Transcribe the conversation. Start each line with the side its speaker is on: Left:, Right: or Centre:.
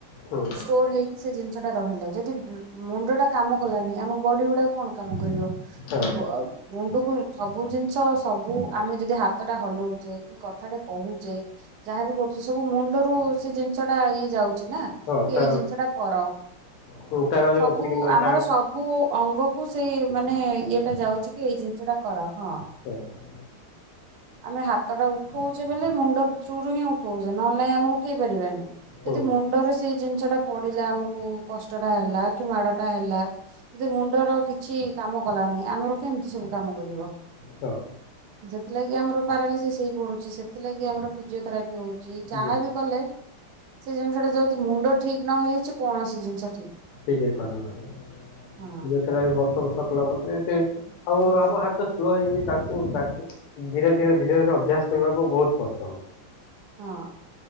Left: ହୁଁ
Right: ଷ୍ଟୋର ହେଇ ସେ ଜିନିଷ ଟା ରହିଲା ଯଦି ମୁଣ୍ଡ ଟା କାମ କଲାନି ଆମ ବଡି ଗୁଡା କଣ କାମ କରିବ।
Left: ହଁ
Right: <unintelligible> ମୁଣ୍ଡକୁ ସବୁ ଜିନିଷ ସବୁ ଆମେ ଯଦି ହାତ କ ଟା ହଲଉଛେ କି କଥାଟେ କହୁଛେ ଯାହାବି ଗୋଟେ ସେ ସବୁ ମୁଣ୍ଡରୁ ସେ ଜିନିଷ ଟା ଇଏ ଯାଉଛି ନା।
Left: ହଁ
Right: କି
Left: ତାର
Right: ଏଇ ଜିନିଷ ଟା କର
Left: ହୁଁ, ତାର ଯୋଉ
Right: ସବୁ
Left: ସିଗ୍ନାଲ
Right: ଆମର
Left: ତା
Right: ସବୁ ସବୁ ଅଙ୍ଗ କ ସେଇ ମାନେ ଇଏଟା ଯାଉଛି କି ଏଇ ଜିନିଷ ଟା କର ହଁ।
Left: ସେୟା
Right: ଆମେ ହାତ ଟା ଉଠଉଛେ ବଲେ ମୁଣ୍ଡ ଥ୍ରୁରୁ ହିଁ ଉଠଉଛେ ନହେଲେଁ ଆମେ ଉଠେଇ ପାରିବାନି।
Left: ହୁଁ
Right: ଯଦି ମୁଣ୍ଡରେ ସେଇ ଜିନିଷ ଟା ପଡିଲା ଆମକୁ କଷ୍ଟଟା ହେଲା କି ମାଡ ଟା ହେଲା ଯ ମୁଣ୍ଡର କିଛି କାମ କଲାନି ଆମର କେମିତି ସବୁ କାମ କରିବ।
Left: ସୁଣ
Right: ଥିଲାଗି ଆମର ପାରଲିସିସ୍ ହେଇ ପଡୁଛି ସେଥିଲାଗି ଆମର ଫିଜିଓଥେରାପି ହଉଛି
Left: ଠିକ୍
Right: ଯାହାବି
Left: ଅଛି
Right: କଲେ ସେ ଜିନିଷ ଟା ଯୋଉି ମୁଣ୍ଡ ଠିକ ନ ହେଇଛି କୌଣସି ଜିନିଷ
Left: ଠିକ ହେଇ ପାରୁ ଦେଖିଲା
Right: ହଁ
Left: ବେଳକୁ ବର୍ଷ ବର୍ଷ କଲା ମେ ସେ ଆଉ
Right: ହଁ।
Left: ଆମ ହାତ ସ୍ଲୋ ହେଇଯଛି ତାକୁ ଧୀରେ- ଧୀରେ- ଧୀରେ- ଧୀରେ ଅଭ୍ୟାସ କରିବାକୁ ବହୁତ କଷ୍ଟ ହଉଛି।
Right: ହଁ।